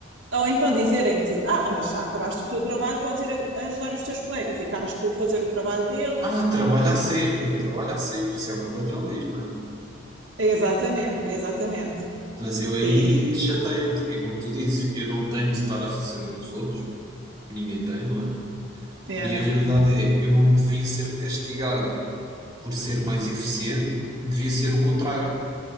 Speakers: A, on the right (about 75°); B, on the right (about 20°).
A: Ou então dizerem-te, ah, mas já acabaste o teu trabalho, podes ir a- a ajudar os teus colegas e acabas tu a fazer o trabalho deles.
B: Ah, trabalhar sempre, trabalhar sempre, isso é o que o patrão diz, não é?
A: Exatamente, exatamente.
B: Mas eu aí
A: E,
B: chateio-me, porque é como tu dizes, eu não tenho de estar a fazer o dos outros, ninguém tem, não é?
A: yeah,
B: E a realidade é, eu não devia ser castigado por ser mais eficiente, devia ser o contrário.